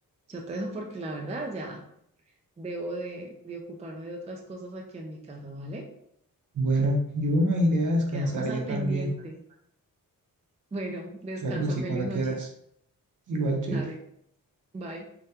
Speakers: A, on the right; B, on the right.
A: yo te dejo porque la verdad ya debo de, de ocuparme de otras cosas aquí en mi casa, ¿vale?
B: Bueno, yo me iré a descansar
A: Quedamos
B: ya
A: al pendiente.
B: también.
A: Bueno, descansa,
B: Claro que sí,
A: feliz
B: cuando
A: noche.
B: quieras. Igual, Chaito.
A: Dale, bye.